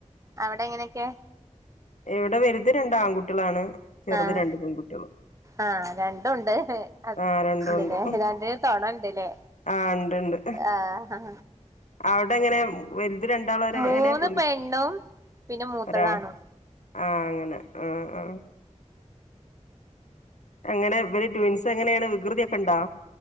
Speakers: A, on the right; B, on the left.
A: അവിടെ എങ്ങനൊക്കെ
B: ഇവിടെ വലുത് രണ്ട് ആൺകുട്ട്യളാണ് ചെറുത്
A: ആഹ്
B: രണ്ട് പെൺകുട്ട്യോളും
A: ആഹ് രണ്ടുണ്ട് അത്
B: ആഹ് രണ്ടുണ്ട്
A: ഇണ്ട്ല്ലേ രണ്ടിനും തൊണണ്ട്ല്ലേ
B: ആഹ് ഉണ്ട് ഉണ്ട്
A: ആഹ്
B: അവിടെ എങ്ങനെ വലുത് രണ്ടാളു
A: മൂന്ന്
B: എങ്ങനെ പെകു
A: പെണ്ണും പിന്നെ മൂത്തതാണും
B: ഒരാ ആഹ് അങ്ങനെ ആഹ് ആഹ് അങ്ങനെ ഇവര് ട്വിൻസ് എങ്ങനേണ് വികൃതി ഒക്കെണ്ടാ